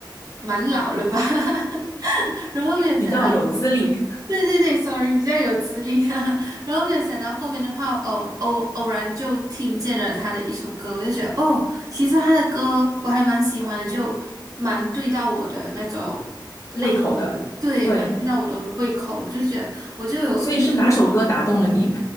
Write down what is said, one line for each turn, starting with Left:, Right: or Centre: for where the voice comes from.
Right: 蛮老了吧，<laughs> 然后没有想到
Left: 比较有资历、
Right: 对对对，sorry，比较有资历啊。<laughs> 然后没有想到后面的话，偶偶偶然就听见了他的一首歌，我就觉得哦，其实他的歌我还蛮喜欢的，就蛮对到我的那种类型，
Left: 胃口的。
Right: 对，
Left: 对，
Right: 蛮对到我的我的胃口。我就觉得我就有一见，
Left: 所以是哪首歌打动了你？